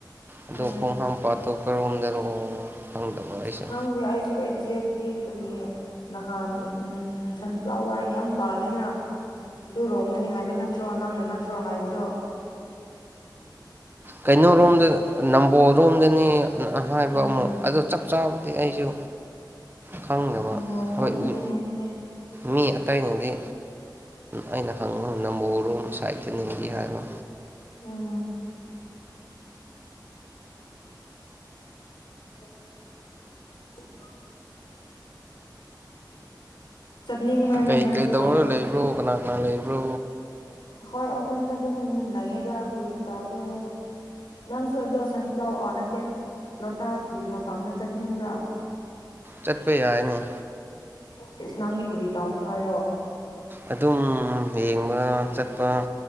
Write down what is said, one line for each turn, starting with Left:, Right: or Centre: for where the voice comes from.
Right: ꯑꯗꯣ
Left: ꯎꯝ
Right: ꯈꯣꯡ ꯍꯥꯥꯝ ꯄꯥꯠꯇꯣ ꯀꯔꯣꯝꯗꯅꯣ ꯈꯪꯗꯕ ꯑꯩꯁꯦ
Left: ꯈꯪꯗꯦ ꯑꯩꯁꯨ ꯑꯦꯛꯖꯦꯛꯇꯤ ꯀꯔꯤ ꯅꯍꯥꯟ ꯎꯝ ꯁꯟꯐ꯭ꯂꯥꯋꯔ ꯌꯥꯝ ꯄꯥꯜꯂꯦꯅ ꯑꯗꯨꯔꯣꯝꯗꯅꯤ ꯍꯥꯏꯕ ꯅꯠ ꯇ꯭ꯔꯣ ꯅꯪꯅ ꯅꯠꯇ꯭ꯔꯣ ꯍꯥꯏꯕꯗꯣ <inaudible>
Right: ꯀꯩꯅꯣꯔꯣꯝꯗ ꯅꯝꯕꯣꯜꯔꯣꯝꯗꯅꯦꯅ ꯍꯥꯏꯕ
Left: ꯎꯝ
Right: ꯑꯃꯨꯛ ꯑꯗꯨ ꯆꯞ ꯆꯥꯕꯗꯤ ꯑꯩꯁꯨ ꯈꯪꯗꯕ
Left: ꯅꯝꯕꯣꯜꯔꯣꯝꯗꯅꯤ
Right: ꯍꯣꯏ ꯎ
Left: ꯍꯥꯏꯕꯅꯦ
Right: ꯃꯤ ꯑꯇꯩꯅꯗꯤ ꯑꯩꯅ ꯍꯪꯉ ꯅꯝꯕꯣꯜꯔꯣꯝ ꯁꯥꯏꯠꯇꯅꯤꯗꯤ ꯍꯥꯏꯕ
Left: ꯎꯝ <inaudible> ꯆꯠꯅꯤꯡꯕ꯭ꯔꯅꯦ
Right: ꯀꯩ
Left: ꯅꯣꯏꯁꯨ
Right: ꯀꯩꯗꯧꯔ ꯂꯩꯕ꯭ꯔꯣ ꯀꯅꯥ ꯀꯅꯥ ꯂꯩꯕ꯭ꯔꯣ
Left: ꯍꯣꯏ ꯑꯍꯨꯝꯗ ꯑꯗꯨꯝ ꯂꯩꯌꯦꯗ ꯀꯔꯤꯁꯨ ꯇꯧꯗꯦ ꯅꯪꯁꯨ ꯑꯗꯣ ꯁꯟꯐ꯭ꯂꯥꯋꯔ ꯑ ꯅꯠꯇꯦ ꯂꯣꯇꯥꯁꯀꯤ ꯃꯐꯝꯗ ꯆꯠꯅꯤꯡꯕ꯭ꯔꯥ
Right: ꯆꯠꯄ ꯌꯥꯏꯅꯦ
Left: ꯁꯤꯁ ꯅꯪꯗꯤ ꯀꯔꯤ ꯇꯧꯅꯤꯡꯉꯥꯏꯔꯣ
Right: ꯑꯗꯨꯝ ꯌꯦꯡꯕ ꯆꯠꯄ